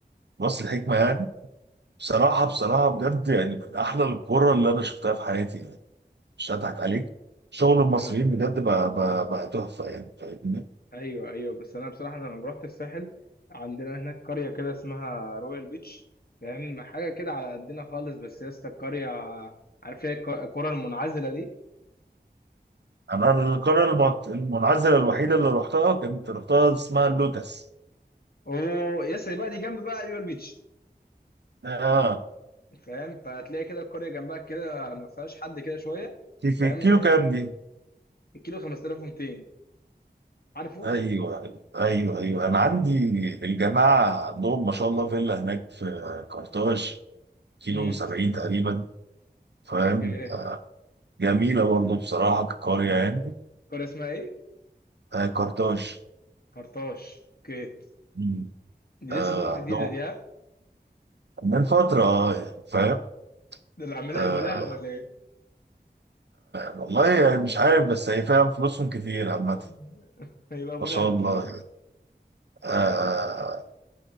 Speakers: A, on the right; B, on the left.
A: راس الحكمة يعني بصراحة بصراحة بجد يعني من أحلى القرى اللي أنا شفتها في حياتي يعني مش هضحك عليك شغل المصريين
B: امم
A: بجد بقى بقى, بقى تحفة يعني فاهمني
B: ايوه ايوه بس انا بصراحه انا لما رحت الساحل عندنا هناك قريه كده اسمها رويال بيتش فاهم حاجه كده على قدنا خالص بس يا اسطى القريه عارف هي الك- القرى المنعزله دي
A: أنا القرية المنعزلة المنعزلة الوحيدة اللي رحتها كنت رحتها اسمها اللوتس
B: اوه يا اسطى بقى دي جنب بقى رويال بيتش
A: آه
B: فاهم فهتلاقي كده القريه جنبها كده ما فيهاش حد كده شويه
A: دي في
B: فاهم
A: الكيلو كام دي؟
B: الكيلو 5200 عارفه
A: أيوه أيوه أيوه أنا عندي الجماعة عندهم ما شاء الله فيلا هناك في كارتاج كيلو
B: امم
A: سبعين تقريبا فاهم
B: اوكي
A: جميلة برضه بصراحة كقرية يعني
B: القريه اسمها ايه
A: آه كارتاج
B: كرطاش اوكي
A: مم.
B: دي
A: آه
B: لسه طالعه جديده
A: نو-
B: دي ها
A: من فترة آه، يعني فاهم
B: ده اللي عاملها
A: آه
B: ابو لهب ولا ايه
A: والله يعني مش عارف بس هي فعلا فلوسهم كتير عامة
B: <laughs> هيبقى ابو
A: ما شاء
B: لهب
A: الله آه آه،